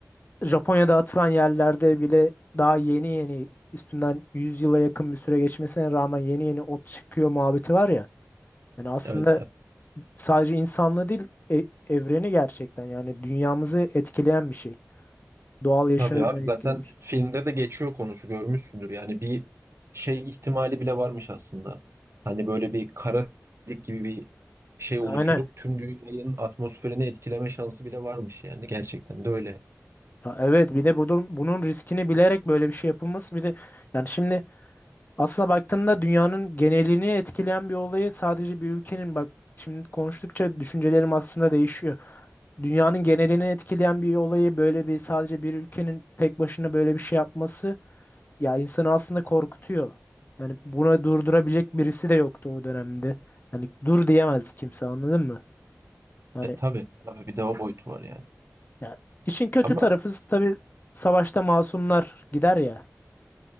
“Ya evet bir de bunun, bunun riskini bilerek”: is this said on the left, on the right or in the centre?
Left